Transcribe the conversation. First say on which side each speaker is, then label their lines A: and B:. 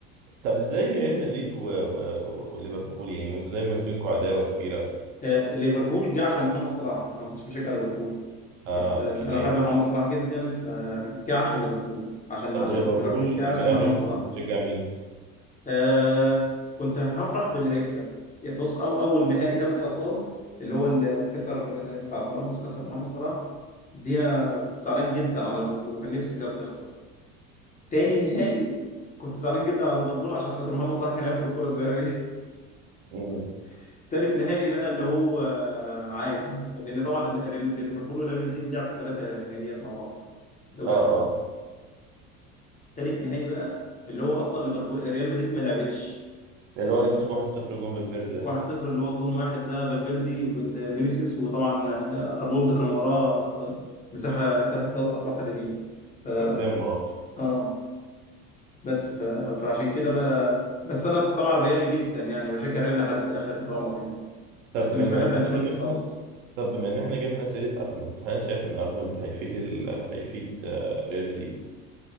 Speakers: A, on the right; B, on the left.
A: طب ازاي ريال مدريد و... و... و- وليفربول يعني وانتوا دايما بينكم عداوة كبيرة
B: آه، ليفربول جه عشان محمد صلاح انا ما كنتش بشجع ليفربول
A: اه
B: بس
A: اوكي
B: آه، انا بحب محمد صلاح جدا فجه عشان ليفربول عشان
A: طب
B: عشان
A: وليفربول
B: ليفربول جه
A: لما
B: عشان
A: لعب
B: محمد
A: ريال مدريد
B: صلاح
A: بتشجع مين؟
B: آه كنت هفرح باللي هيكسب يعني بص أو أول نهائي دوري أبطال اللي هو اللي كسر آه، ساعة ما راموس كسر محمد صلاح دي أنا كنت زعلان جدا على ليفربول وكان نفسي الريال تخسر تاني نهائي كنت زعلان جدا على ليفربول عشان خاطر محمد صلاح كان هياخد الكرة الذهبية
A: مم.
B: <laughs> تالت نهائي بقى اللي هو آه، عادي لأن طبعا ال- ال- ليفربول وريال مدريد لعبوا ثلاثة نهائيات مع بعض دوري
A: اه اه
B: أبطال تالت نهائي بقى اللي هو أصلا ليفربول ريال مدريد ما لعبتش
A: اللي هو اللي كسبه 1-0 جون فالفيردي ده
B: 1 0 اللي هو جون واحد ده فالفيردي وفينيسيوس وطبعا آه، ارنولد كان وراه آه، مساحه ثلاث اربع فدادين ف
A: قدام اه
B: اه بس ف... فعشان كده بقى بس انا طبعا ريالي جدا يعني بشجع ريال لحد اخر رمق يعني
A: طب
B: بس مش
A: بما
B: بحب
A: ان
B: انشيلوتي
A: احنا جبنا
B: خالص
A: طب بما ان احنا جبنا سيرة ارنولد هل أنت شايف ان ارنولد هيفيد ال... هيفيد آه، ريال مدريد؟